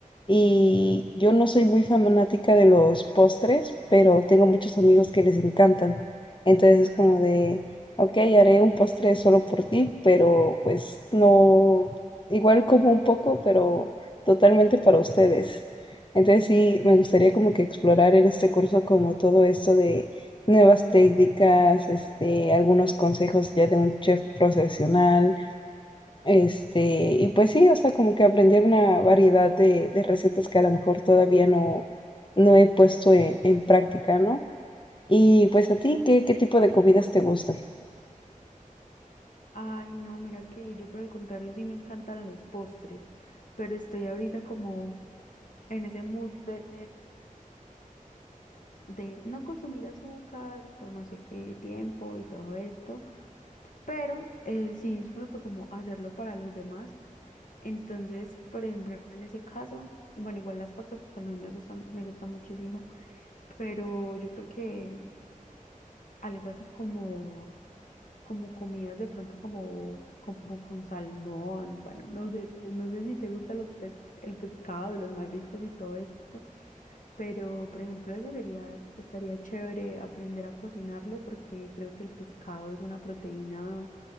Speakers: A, on the left; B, on the left.
A: Y yo no soy muy fanática de los postres, pero tengo muchos amigos que les encantan. Entonces es como de, ok, haré un postre solo por ti, pero pues no, igual como un poco, pero totalmente para ustedes. Entonces sí, me gustaría como que explorar en este curso como todo esto de nuevas técnicas, este, algunos consejos ya de un chef profesional este, y pues sí, o sea, como que aprender una variedad de, de recetas que a lo mejor todavía no, no he puesto en, en práctica, ¿no? Y pues a ti, ¿qué, qué tipo de comidas te gustan?
B: Ay, no, mira que yo por el contrario sí me encantan los postres, pero estoy ahorita como en ese mood de de no consumir azúcar por no sé qué tiempo y todo esto, pero eh, sí disfruto como hacerlo para los demás. Entonces, por ejemplo, en ese caso, bueno, igual las pastas también me gustan, me gustan muchísimo, pero yo creo que mm, algo así como, como comidas de pronto como, como con salmón, bueno, no sé, no sé si te gusta los pes- el pescado y los mariscos y todo esto. Pero, por ejemplo, eso sería, estaría chévere aprender a cocinarlo porque creo que el pescado es una proteína